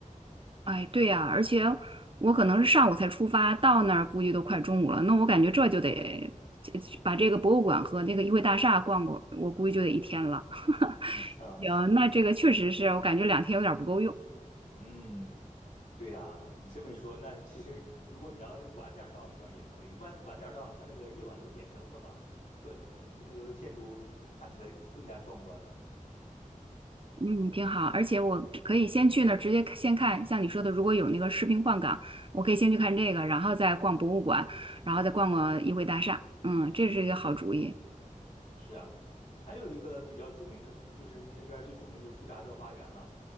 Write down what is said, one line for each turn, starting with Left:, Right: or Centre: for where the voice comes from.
Right: 哎，对呀，而且我可能是上午才出发，到那儿估计都快中午了。那我感觉这就得这把这个博物馆和那个议会大厦逛过，我估计就得一天了。<laughs>
Left: 嗯啊，
Right: 行，
Left: 是。
Right: 那这个确实是我感觉两天有点儿不够用。
Left: 嗯，对呀，你这么一说，那其实如果你要晚点儿到那地方也可以，晚晚点儿到，它那个夜晚都点灯了嘛，更那个建筑看起来更加壮观了。嗯
Right: 嗯，挺好，而且我可以先去那儿直接先看，像你说的，如果有那个士兵换岗，我可以先去看这个，然后再逛博物馆，然后再逛逛议会大厦。嗯，这是一个好主意。
Left: 嗯。是啊，还有一个比较著名的，就是那边儿最著名的就是布扎特花园了。